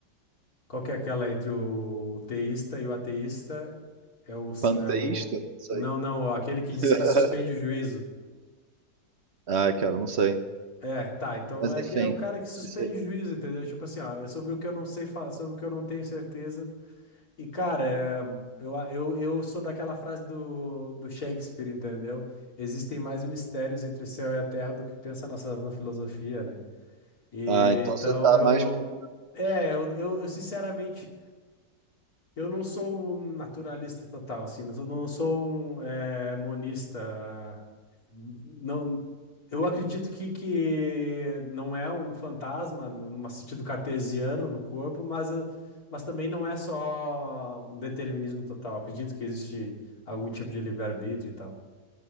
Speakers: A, on the left; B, on the right.
A: qual que é aquela entre o, o teísta e o ateísta? É o,
B: Panteísta?
A: é o.
B: Não sei.
A: Não, não, aquele que diz
B: <laughs>
A: que suspende o juízo.
B: Ah, cara, não sei.
A: É, tá, então
B: Mas
A: é,
B: enfim.
A: que é o cara que suspende
B: que seja.
A: o juízo, entendeu? Tipo assim, ó, é sobre o que eu não sei, fa- sobre o que eu não tenho certeza. E, cara, é, eu, eu, eu sou daquela frase do, do Shakespeare, entendeu? Existem mais mistérios entre o céu e a terra do que pensa a nossa vã filosofia, né? E
B: Ah, então
A: então
B: você tá
A: eu.
B: mais pro...
A: É, eu, eu, eu, sinceramente eu não sou um naturalista total, assim, não sou, não sou um eh, monista. Não, eu acredito que, que não é um fantasma, no num sentido cartesiano no corpo, mas, eu- mas também não é só um determinismo total. Acredito que existe algum tipo de livre-arbítrio e tal.